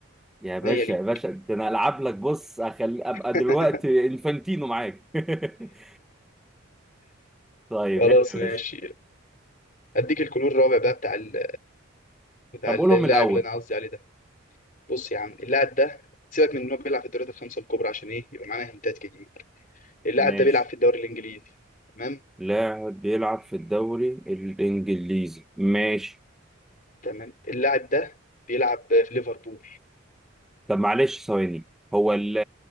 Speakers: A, in the centre; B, on the left (about 45°).
A: يا باشا
B: عينيا ليه
A: يا باشا ده انا العب لك بص أخلي ابقى
B: <laughs>
A: دلوقتي انفانتينو معاك <laughs> طيب
B: خلاص
A: احنا يا
B: ماشي
A: باشا
B: اديك الكلور الرابع بقى بتاع ال... بتاع
A: طب
B: اللاعب
A: قولهم من الاول
B: اللي انا قصدي عليه ده بص يا عم اللاعب ده سيبك من انه بيلعب في الدوريات الخمسه الكبرى عشان ايه يبقى معانا هنتات كتير اللاعب
A: ماشي
B: ده بيلعب في الدوري الانجليزي تمام
A: لاعب بيلعب في الدوري الانجليزي ماشي
B: تمام اللاعب ده بيلعب في ليفربول
A: طب معلش ثواني هو ال-